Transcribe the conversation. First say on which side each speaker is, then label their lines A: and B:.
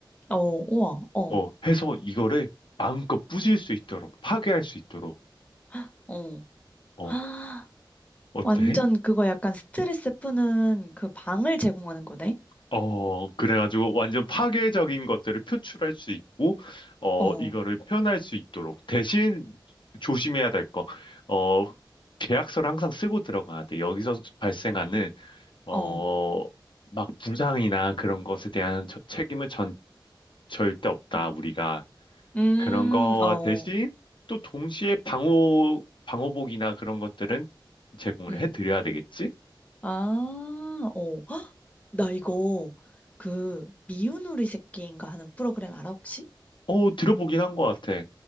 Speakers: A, on the left; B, on the left.
A: 어, 우와, 어,
B: 어, 해서 이거를 마음껏 부술 수 있도록 파괴할 수 있도록
A: <gasps> 어.
B: 어,
A: 아,
B: 어때?
A: 완전 그거 약간 스트레스 푸는 그 방을 제공하는 거네?
B: 어, 그래가지고 완전 파괴적인 것들을 표출할 수 있고, 어,
A: 어.
B: 이거를 표현할 수 있도록. 대신 조심해야 될 거. 어, 계약서를 항상 쓰고 들어가야 돼. 여기서 발생하는, 어,
A: 어,
B: 막 부상이나 그런 것에 대한 저- 책임은 전, 절대 없다,
A: 음,
B: 우리가.
A: 음,
B: 그런 거와
A: 어,
B: 대신 또 동시에 방호, 방호복이나 그런 것들은 제공을
A: 음,
B: 해드려야 되겠지?
A: 아, 어, 헉! 나 이거 그 미운 우리 새끼인가 하는 프로그램 알아 혹시?
B: 어, 들어보긴 한 것 같아.